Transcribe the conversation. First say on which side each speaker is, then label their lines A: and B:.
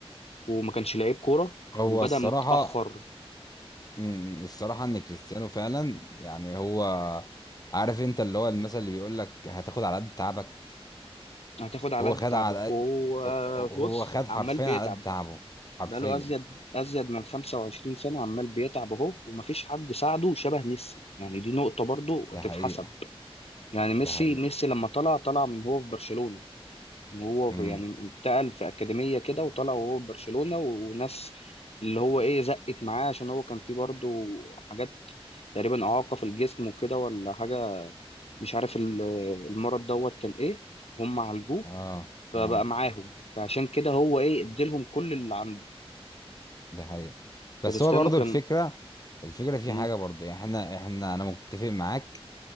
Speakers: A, on the left; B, on the left.
A: وما كانش لعيب كوره
B: هو
A: وبدأ
B: الصراحة
A: متأخر
B: امم الصراحة ان كريستيانو فعلا يعني هو عارف انت اللي هو المثل اللي بيقول لك هتاخد على قد تعبك
A: هتاخد على
B: هو
A: قد
B: خد
A: تعبك
B: على قد
A: وهو
B: هو هو-
A: بص
B: هو خد حرفيا
A: عمال بيتعب
B: على قد تعبه حرفيا
A: بقاله أزيد أزيد من 25 سنة عمال بيتعب أهو ومفيش حد ساعده شبه ميسي يعني دي نقطة برضو
B: ده
A: تتحسب
B: حقيقة
A: يعني
B: ده
A: ميسي
B: حقيقة
A: ميسي لما طلع طلع من هو في برشلونة وهو
B: امم
A: في- يعني انتقل في أكاديمية كده وطلع وهو في برشلونة وناس اللي هو إيه زقت معاه عشان هو كان فيه برضو حاجات تقريبا إعاقة في الجسم وكده ولا حاجة مش عارف ال- المرض دوت كان إيه هم عالجوه
B: اه
A: فبقى
B: اه
A: معاهم فعشان كده هو ايه اديلهم كل اللي عنده
B: ده حقيقة بس
A: كريستيانو
B: هو برضو
A: كان
B: الفكرة الفكرة في
A: مم.
B: حاجة برضو يعني احنا احنا انا متفق معاك